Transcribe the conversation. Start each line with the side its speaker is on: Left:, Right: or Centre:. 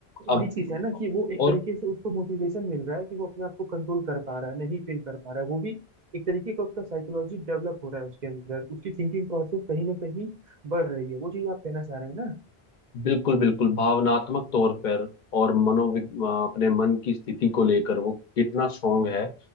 Right: तो
Left: अब
Right: वही चीज है ना कि वो एक
Left: और
Right: तरीके से उसको मोटिवेशन मिल रहा है कि वो अपने आप को कंट्रोल कर पा रहा है नहीं फील कर पा रहा है वो भी एक तरीके का उसका साइकोलॉजी डेवलप हो रहा है उसके अंदर उसकी थिंकिंग प्रोसेस कहीं ना कहीं बढ़ रही है वो चीज आप कहना चाह रहे हैं ना
Left: बिल्कुल बिल्कुल भावनात्मक तौर पर और मनोविग अ, अपने मन की स्थिति को लेकर वो कितना स्ट्रांग है